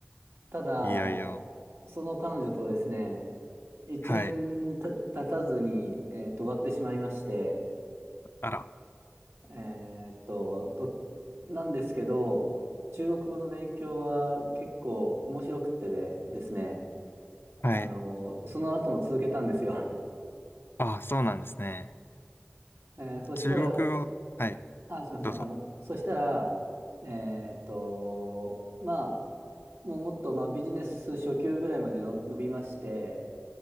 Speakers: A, on the right; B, on the left.
A: ただ、
B: いやいや。
A: その彼女とですね、一年た経たずに、
B: はい。
A: えーと、終わってしまいまして、
B: あら。
A: えーと、と、なんですけど、中国語の勉強は結構面白くってで、ですね、
B: はい。
A: あの、その後も続けたんですよ。
B: ああ、そうなんですね。
A: えーそしたら、
B: 中国語。はい。
A: あ、すみません。
B: どうぞ。
A: あの、そしたら、えーっと、まあ、もうもっと、まあ、ビジネス初級ぐらいまでの伸びまして、